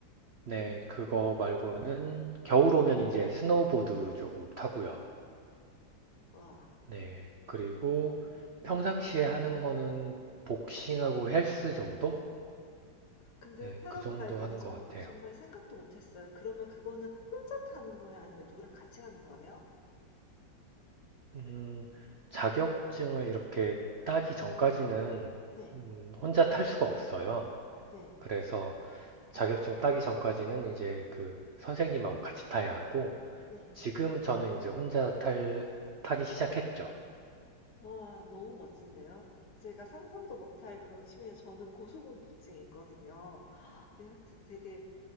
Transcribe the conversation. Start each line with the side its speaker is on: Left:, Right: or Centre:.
Right: 네, 그거 말고는 겨울 오면 이제 스노우보드 조금 타고요.
Left: 와.
Right: 네. 그리고 평상시에 하는 거는 복싱하고 헬스 정도?
Left: 근데
Right: 네,
Left: 패러글라이딩은
Right: 그 정도 하는
Left: 저
Right: 것 같아요.
Left: 정말 생각도 못 했어요. 그러면 그거는 혼자 타는 거예요? 아니면 누구랑 같이 하는 거예요?
Right: 음, 자격증을 이렇게 따기 전까지는
Left: 네.
Right: 음, 혼자 탈 수가 없어요.
Left: 네.
Right: 그래서 자격증 따기 전까지는 이제 그 선생님하고 같이 타야 하고,
Left: 네.
Right: 지금 저는 이제 혼자 탈, 타기 시작했죠.
Left: 와 너무 멋진데요. 제가 상상도 못할 그런 취미예요. 저는 고소공포증이 있거든요. 네 되 되게